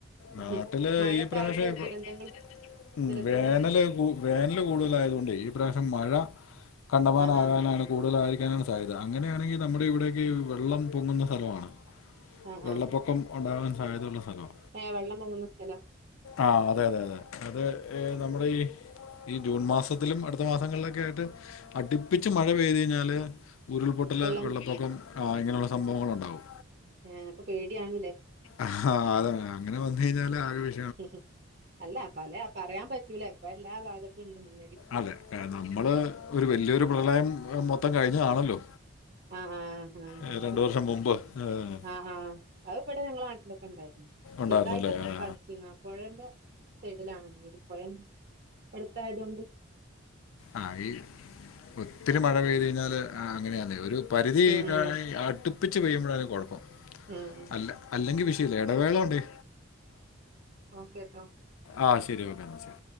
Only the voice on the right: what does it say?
ഉം
ഹും മഴെക്കെ
ആയിട്ട്
ദുരന്തങ്ങൾ
ദുരന്തങ്ങളൊന്നും
ആഹ് ആഹ്
ആഹ്
ആഹ്
ഏഹ് വെള്ളം പൊങ്ങുന്ന സ്ഥലാ
വെള്ളം
ഏഹ് അപ്പൊ പേടിയാണ്ല്ലേ
ഉം ഹും അല്ല പലേ പറയാൻ പറ്റൂല ഇപ്പ എല്ലാ ഭാഗത്തും ഇണ്ട് മണ്ണിടി
ആഹ് ആഹ് ആഹ് അതെ
ആഹ് ആഹ് അത് ഇവ്ടെ ഞങ്ങളെ നാട്ടിലൊക്കെ ഇണ്ടായ്ര്ന്നു
ചെറ്തായിട്ടൊക്കെ
ബാധിച്ചിക്ക്ണ് ആഹ് പൊഴെന്റെ സൈഡ്ലാണ് വീട് പൊഴന്റെ എട്ത്തായതോണ്ട്
ഉം
ഉം ഉം
ഓക്കെ ട്ടോ